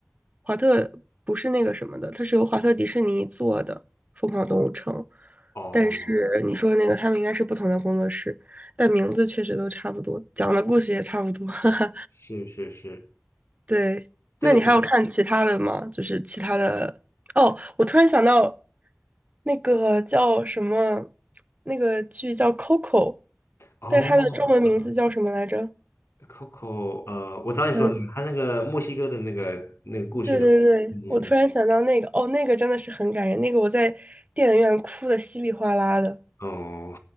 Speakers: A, on the right; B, on the left.
A: 华特不是那个什么的，它是由华特迪士尼做的《疯狂动物城》，
B: 哦，
A: 但是你说那个他们应该是不同的工作室，但名字确实都差不多，讲的故事也差不多。<laughs>
B: 是是是，
A: 对，
B: 这个讲
A: 那你还有看其他的吗？就是其他的，哦，我突然想到，那个叫什么，那个剧叫《Coco》，
B: 哦。
A: 但是它的中文名字叫什么来着？
B: Coco，呃，我知道你说的那个，
A: 嗯，
B: 他那个墨西哥的那个那个故事的，
A: 对对对，
B: 嗯嗯
A: 我突然想到那个，哦，那个真的是很感人，那个我在电影院哭的稀里哗啦的。
B: 嗯哦，